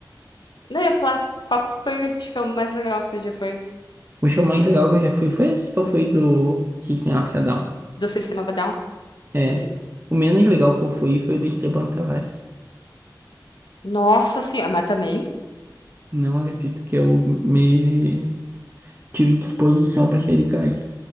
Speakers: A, on the left; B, on the right.
A: Não, eu ia falar qual que foi o show mais legal que você já foi.
B: O show mais legal que eu já fui foi esse que eu fui do System of a Down.
A: Do Sistema of a Down? Entendi.
B: É. O menos legal que eu fui foi o do Esteban Tavares.
A: Nossa senhora, mas também,
B: Não acredito que eu me tive disposição pra sair de casa.